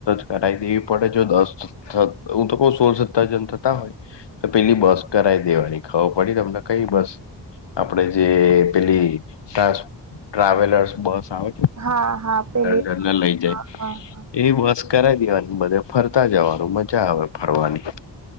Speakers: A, on the left (about 80°); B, on the right (about 40°).
A: કરાઈ દેવી પડે, જો દસ થત, હું તો કઉ સોળ સત્તર જન થતા હોય તો પેલી બસ કરાવી દેવાની ખબર પડી તમને કઈ બસ, આપડે જે પેલી ટ્રા ટ્રાવેલર્સ બસ આવે
B: હા હા પેલી
A: કેટલા લઇ જાય
B: હા હા
A: એ બસ કરાઈ દેવાની, બધે ફરતા જવાનું મજા આવે ફરવાની